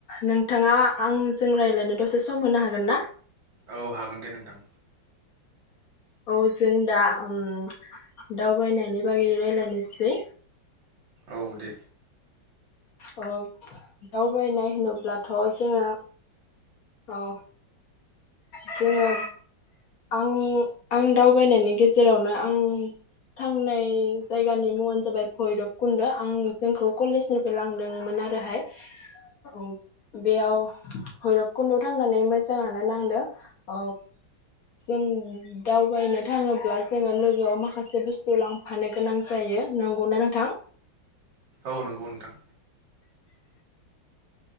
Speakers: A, on the left; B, on the right.
A: नोंथाङा आंजों रायलायनो दसे सम होनो हागोन ना?
B: औ हागोन दे नोंथां।
A: औ जों दा उम दावबायनायनि बागै रायलायनोसै।
B: औ दे।
A: अ दावबायनाय होनोब्लाथ' जोङो औ। जोङो आंनि आं दावबायनायनि गेजेरावनो आं थांनाय जायगानि मुङानो जाबाय भैरबकुन्द' आं जोंखौ कलेजनिफ्राय लांदोंमोन आरोहाय औ बेयाव भैरबकुन्दआव थांनानै मोजाङानो नांदों। ओप जों दावबायनो थाङोब्ला जोङो लोगोआव माखासे बुस्थु लांफानो गोनां जायो नंगौना नोंथां?
B: औ नंगौ नोंथां।